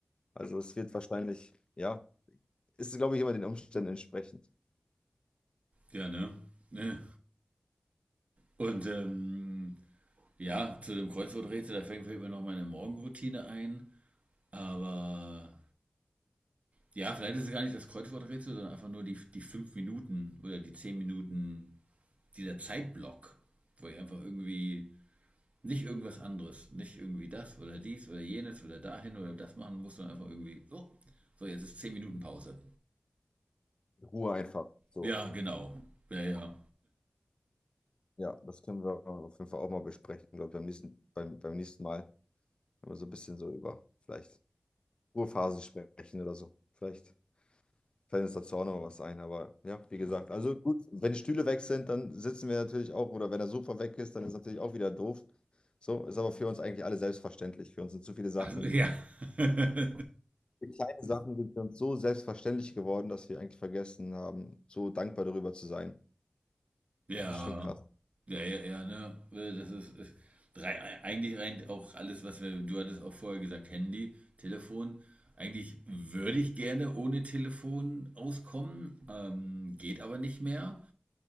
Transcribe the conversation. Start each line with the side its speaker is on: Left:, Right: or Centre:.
Left: Also es wird wahrscheinlich, ja, ist, glaube ich, immer den Umständen entsprechend.
Right: ja, ne? Ne. Und ähm, ja, zu dem Kreuzworträtsel, da fängt vielleicht mal noch meine Morgenroutine ein. Aber Ja, vielleicht ist es gar nicht das Kreuzworträtsel, sondern einfach nur die, die fünf Minuten oder die zehn Minuten, dieser Zeitblock, wo ich einfach irgendwie nicht irgendwas anderes, nicht irgendwie das oder dies oder jenes oder dahin oder das machen muss, sondern einfach irgendwie, so, so jetzt ist zehn Minuten Pause.
Left: Ruhe einfach. So.
Right: Ja, genau. Ja, ja.
Left: Ja, das können wir auf jeden Fall auch mal besprechen, glaube ich, beim nächsten, beim, beim nächsten Mal, wenn wir so ein bisschen so über vielleicht Ruhephasen sprechen oder so. Vielleicht fällt uns dazu auch noch mal was ein. Aber ja, wie gesagt, also gut, wenn die Stühle weg sind, dann sitzen wir natürlich auch, oder wenn der Sofa weg ist, dann ist natürlich auch wieder doof. So, ist aber für uns eigentlich alle selbstverständlich. Für uns sind zu viele Sachen.
Right: Also, ja. <laughs>
Left: Die kleinen Sachen sind für uns so selbstverständlich geworden, dass wir eigentlich vergessen haben, so dankbar darüber zu sein.
Right: Ja,
Left: Ist schon krass.
Right: ja, ja, ja, ne? Äh, Das ist, ist drei, ei- eigentlich rein auch alles, was wir, du hattest auch vorher gesagt, Handy, Telefon. Eigentlich würde ich gerne ohne Telefon auskommen, ähm, geht aber nicht mehr.